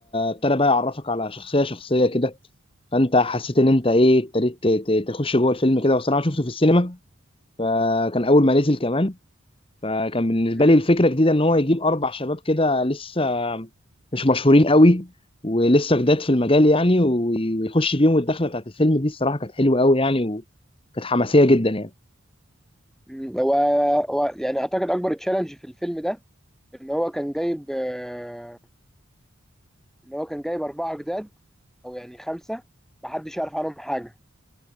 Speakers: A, on the left; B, in the centre.
A: ابتدى بقى يعرفك على شخصيه شخصيه كده فانت حسيت ان انت ايه ابتديت ت- ت- تخش جوه الفيلم كده والصراحه شفته في السينما آه، كان اول ما نزل كمان فكان بالنسبه
B: امم
A: لي الفكره جديده ان هو يجيب اربع شباب كده لسه مش مشهورين قوي ولسه جداد في المجال يعني وي- ويخش بيهم الدخله بتاعت الفيلم دي الصراحه كانت حلوه قوي يعني وكانت حماسيه جدا يعني
B: أمم، هو هو يعني اعتقد اكبر تشالنج في الفيلم ده ان هو كان جايب آه، ان هو كان جايب اربعه جداد او يعني خمسه محدش يعرف عنهم حاجه